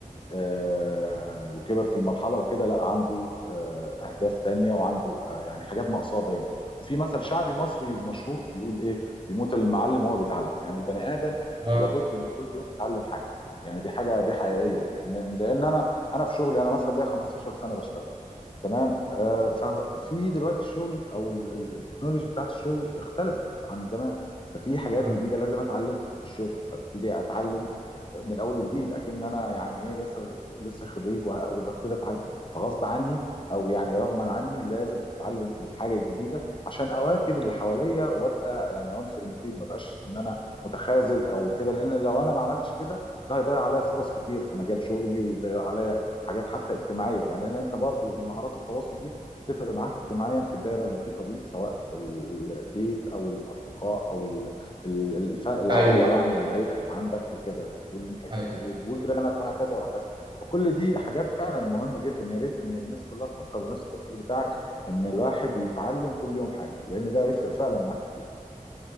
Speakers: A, on the left; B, on the right.
A: آه، وكبر في المرحله وكده لا عنده آه، اهداف تانية وعنده آه، يعني حاجات ناقصاه دايما وفي مثل شعبي مصري مشهور بيقول ايه يموت المعلم وهو بيتعلم يعني البني ادم
B: اه
A: لابد ان كل يوم يتعلم حاجه يعني دي حاجه دي حقيقيه لان لان انا انا في شغلي انا مثلا ليا 15 سنه بشتغل تمام آه، ففي دلوقتي الشغل او ال- ال- التكنولوجي بتاعت الشغل اختلفت عن زمان ففي حاجات
B: آه.
A: جديده لازم اتعلم في الشغل ابتدي اتعلم من الاول وجديد اكن انا يعني ايه لسه لسه خريج وه- وببتدي اتعلم فغصب عني او يعني رغما عني لازم اتعلم الحاجه الجديده عشان اواكب اللي حواليا وابقى يعني عنصر مفيد ما بقاش ان انا متخاذل او كده لان لو انا ما عملتش كده ده هيضيع عليا فرص كتير في مجال شغلي ويضيع عليا حاجات حتى اجتماعيه يعني لان انت برضو المهارات التواصل دي تفرق معاك اجتماعيا في الدايره المحيطه بيك سواء في البيت او الاصدقاء او ال- ال- الف- العائله
B: ايوه
A: يعني العيله اللي عندك وكده والمح-
B: ايوه
A: وال- وجيرانك وهكذا وهكذا فكل دي حاجات فعلا مهمه جدا يا ريت ان الناس كلها تفكر بنفس التفكير بتاعك ان الواحد يتعلم كل يوم حاجه لان ده يفرق فعلا معاك كتير